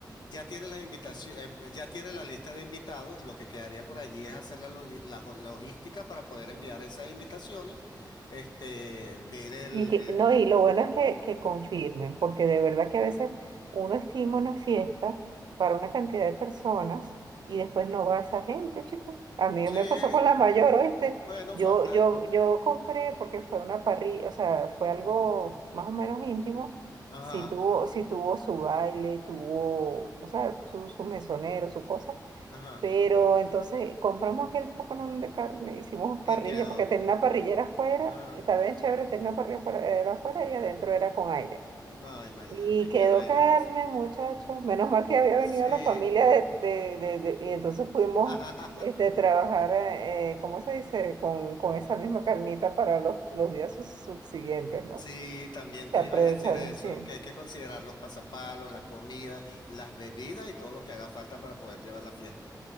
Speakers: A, on the left; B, on the right.
A: Ya tienes la invitación, eh, pues, ya tienes la lista de invitados. Lo que quedaría por allí es hacer la, loli- la jo- logística para poder enviar esas invitaciones. Este, ver el,
B: Y que,
A: el-
B: no, y lo bueno es que, que confirmen, porque de verdad que a veces uno estima una fiesta para una cantidad de personas y después no va esa gente, chicos. A mí
A: sí,
B: me pasó con la mayor, ¿oíste?
A: bueno,
B: Yo,
A: falta.
B: yo, yo compré porque fue una parrilla, o sea, fue algo más o menos íntimo.
A: Ajá,
B: Sí tuvo, sí tuvo su baile, tuvo, o sea, su, su mesonero, su cosa
A: ajá.
B: pero entonces compramos aquel poconón de carne, hicimos
A: Y
B: parrilla,
A: quedó.
B: porque tenía una parrillera afuera,
A: Ajá.
B: y estaba bien chévere, tenía una parrilla afuera era afuera y adentro era con aire.
A: No, imagínate,
B: Y quedó
A: quedó ahí
B: carne,
A: la cosa.
B: muchachos. Menos mal que había
A: Sí.
B: venido la familia de, de, de- de- y entonces pudimos
A: <laughs>
B: este, trabajar, eh, ¿cómo se dice? Con, con esa misma carnita para los, los días sus- subsiguientes, ¿no?
A: Sí, también te
B: Se aprovecharon,
A: iba a decir eso,
B: sí,
A: que hay que considerar los pasapalos, la comida, las bebidas y todo lo que haga falta para poder llevar la fiesta.